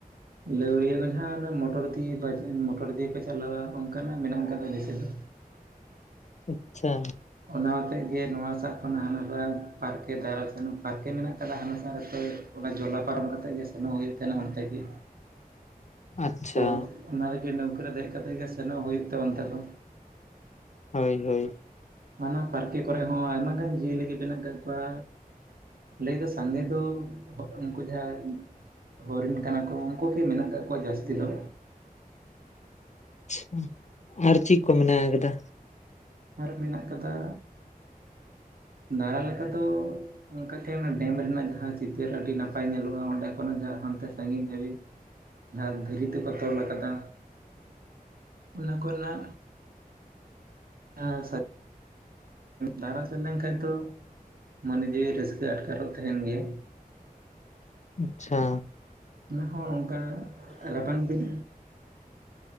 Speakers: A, on the right; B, on the left.
A: ᱞᱟᱹᱣᱲᱤᱭᱟᱹ ᱫᱚ ᱱᱟᱦᱟᱜ ᱚᱱᱟ ᱢᱚᱴᱚᱨ ᱫᱤᱭᱟ. ᱵᱟᱡᱽ ᱢᱚᱴᱚᱨ ᱫᱤᱭᱟ. ᱯᱟᱪᱷᱮ ᱞᱟᱫᱟ ᱚᱱᱠᱟᱱᱟᱜ ᱢᱮᱱᱟᱜ ᱟᱠᱟᱫᱟ ᱵᱮᱥᱤ ᱫᱚ
B: ᱟᱪᱷᱟ
A: ᱚᱱᱟ ᱦᱚᱛᱮᱜ ᱜᱮ ᱱᱚᱣᱟ ᱥᱟᱜ ᱠᱷᱚᱱᱟᱜ ᱦᱟᱱᱟ ᱥᱟᱜ ᱯᱟᱨᱠᱮ ᱫᱟᱬᱟ ᱥᱮᱱᱚᱜ ᱠᱟᱱᱟ ᱯᱟᱨᱠᱮ ᱢᱮᱱᱟᱜ ᱠᱟᱫᱟ ᱦᱟᱱᱟ ᱥᱟᱦᱟ ᱨᱮ ᱛᱚ ᱚᱱᱟ ᱡᱚᱞᱟ ᱯᱟᱨᱚᱢ ᱠᱟᱛᱮᱜ ᱜᱮ ᱥᱮᱱᱚᱜ ᱦᱩᱭᱩᱜ ᱛᱟᱱᱟ ᱚᱱᱛᱮ ᱜᱮ
B: ᱟᱪᱪᱷᱟ
A: ᱛᱚ ᱚᱱᱟ ᱨᱮᱜᱮ ᱱᱟᱹᱣᱠᱟ. ᱨᱮ ᱫᱮᱡ ᱠᱟᱛᱮ ᱜᱮ ᱥᱮᱱᱚᱜ ᱦᱩᱭᱩᱜ ᱛᱮ ᱚᱱᱛᱮ ᱫᱚ
B: ᱦᱚᱭᱼᱦᱚᱭ
A: ᱦᱟᱱᱟ ᱯᱟᱨᱠᱮ ᱠᱚᱨᱮ ᱦᱚᱸ ᱟᱭᱢᱟ ᱜᱟᱱ ᱡᱤᱭᱟᱹᱞᱤ ᱜᱮ ᱢᱮᱱᱟᱜ ᱠᱟᱜ ᱠᱚᱣᱟ᱾ ᱞᱟᱹᱭ ᱫᱚ ᱥᱟᱸᱜᱮ ᱫᱚ ᱩᱱᱠᱩ ᱡᱟᱦᱟᱸ ᱦᱚᱨᱤᱱ ᱠᱟᱱᱟ ᱠᱚ ᱩᱱᱠᱩ ᱜᱮ ᱢᱮᱱᱟᱜ ᱠᱟᱫ ᱠᱚᱣᱟ ᱡᱟᱹᱥᱛᱤ ᱫᱚ᱾
B: <inaudible> ᱟᱨ ᱪᱮᱫ ᱠᱚ ᱢᱮᱱᱟ ᱟᱠᱟᱫᱟ᱾
A: ᱟᱨ ᱢᱮᱱᱟᱜ ᱟᱠᱟᱫᱟ, ᱫᱟᱬᱟ ᱞᱮᱠᱟ ᱫᱚ ᱚᱱᱠᱟᱛᱮ ᱚᱱᱟ ᱰᱮᱢ ᱨᱮᱱᱟᱜ ᱪᱤᱛᱟᱹᱨ ᱟᱹᱰᱤ ᱱᱟᱯᱟᱭ ᱧᱮᱞᱚᱜᱼᱟ ᱚᱱᱰᱮ ᱠᱷᱚᱱᱟᱜ ᱡᱟᱦᱟᱸ ᱦᱟᱱᱛᱮ ᱥᱟᱺᱜᱤᱧ ᱦᱟᱹᱵᱤᱡ ᱟᱨ ᱫᱷᱤᱨᱤ ᱛᱮᱠᱚ ᱛᱚᱞ ᱠᱟᱫᱟ᱾ ᱚᱱᱟ ᱠᱚ ᱨᱮᱱᱟᱜ <unintelligible> ᱫᱟᱬᱟ ᱥᱮᱱ ᱞᱮᱱᱠᱷᱟᱱ ᱫᱚ ᱢᱚᱱᱮ ᱡᱤᱣᱤ ᱨᱟᱹᱥᱠᱟᱹ ᱟᱴᱠᱟᱨᱚᱜ ᱛᱟᱦᱮᱱ ᱜᱮᱭᱟ᱾
B: ᱟᱪᱪᱷᱟ
A: ᱚᱱᱟ ᱦᱚᱸ ᱚᱱᱠᱟ ᱨᱟᱵᱟᱝ ᱫᱤᱱ